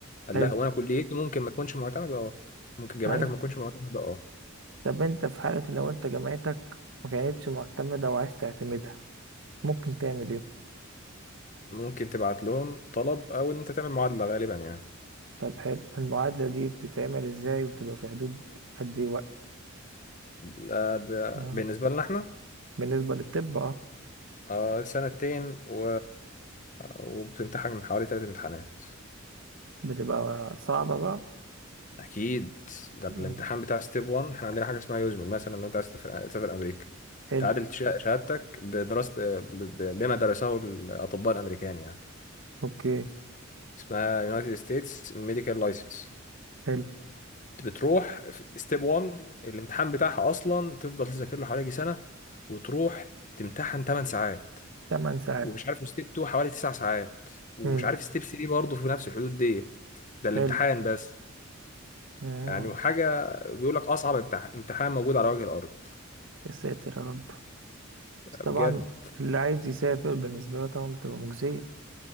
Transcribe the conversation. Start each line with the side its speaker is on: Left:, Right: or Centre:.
Left: قال
Right: حلو
Left: لها هو أنا كليتي ممكن ما تكونش معتمدة أه ممكن جامعتك
Right: أيوة
Left: ما تكونش معتمدة أه
Right: طب أنت في حالة لو أنت جامعتك ما كانتش معتمدة وعايز تعتمدها ممكن تعمل إيه؟
Left: ممكن تبعت لهم طلب أو إن أنت تعمل معادلة غالبا يعني
Right: طب حلو المعادلة دي بتتعمل إزاي وبتبقى في حدود قد إيه وقت؟
Left: لا ده
Right: آه.
Left: بالنسبة لنا إحنا
Right: بالنسبة للطب اه
Left: آه، سنتين و... وبتمتحن حوالي ثلاث امتحانات
Right: بتبقى صعبة بقى
Left: اكيد ده
Right: مم.
Left: الامتحان بتاع ستيب 1 احنا عندنا حاجه اسمها يوزمل مثلا لو انت عايز تسافر تسافر امريكا
Right: حلو
Left: تعادل شها- شهادتك بدراسه ب- ب- بما درسه الاطباء الامريكان يعني
Right: اوكي
Left: اسمها يونايتد ستيتس ميديكال لايسنس
Right: حلو
Left: بتروح في ستيب 1 الامتحان بتاعها اصلا تفضل تذاكر له حوالي يجي سنه وتروح تمتحن 8 ساعات
Right: تمن ساعات
Left: ومش عارف ستيب 2 حوالي 9 ساعات ومش
Right: مم.
Left: عارف ستيب 3 برضه في نفس الحدود دي ده الامتحان
Right: حلو
Left: بس
Right: مم.
Left: يعني وحاجة بيقول لك أصعب امتح- امتحان موجود على وجه الأرض
Right: يا ساتر يا رب بس
Left: لا،
Right: طبعا
Left: بجد
Right: اللي عايز يسافر بالنسبة له طبعا بتبقى مجزية